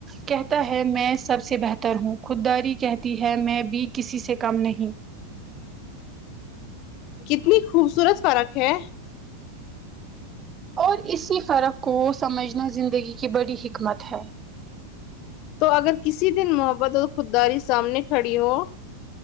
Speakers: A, on the right (about 20°); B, on the left (about 40°).
A: کہتا ہے میں سب سے بہتر ہوں خود داری کہتی ہے میں بھی کسی سے کم نہیں
B: کتنی خوبصورت فرق ہے
A: اور اسی فرق کو سمجھنا زندگی کی بڑی حکمت ہے
B: تو اگر کسی دن محبت اور خودداری سامنے کھڑی ہو